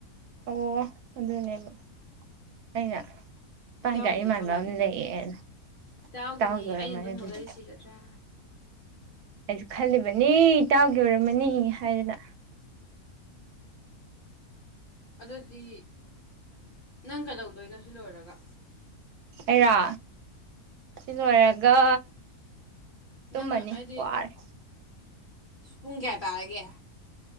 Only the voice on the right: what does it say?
ꯑꯣ ꯑꯗꯨꯅꯦꯕ ꯑꯩꯅ ꯑꯗꯥꯏꯗ
ꯑꯩ ꯃꯥꯟꯕ
ꯑꯃ ꯂꯩꯌꯦꯅ
ꯏꯇꯥꯎꯒꯤ ꯑꯣꯏꯔꯝꯃꯅꯤ
ꯑꯗꯨꯗꯤ
ꯑꯩꯖ ꯈꯜꯂꯤꯕꯅꯤ ꯏ ꯇꯥꯎꯒꯤ ꯑꯣꯏꯔꯝꯃꯅꯤ ꯍꯥꯏꯗꯅ
ꯑꯩꯔꯥ ꯁꯤ ꯂꯣꯏꯔꯒ ꯇꯨꯝꯃꯅꯤ
ꯋꯥꯔꯦ